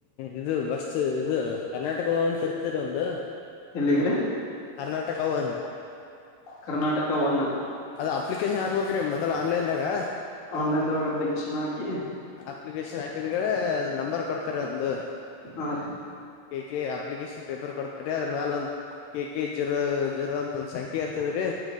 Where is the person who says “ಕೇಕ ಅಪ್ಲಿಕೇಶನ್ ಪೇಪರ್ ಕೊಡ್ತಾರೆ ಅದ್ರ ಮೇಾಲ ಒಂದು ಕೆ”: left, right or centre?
Left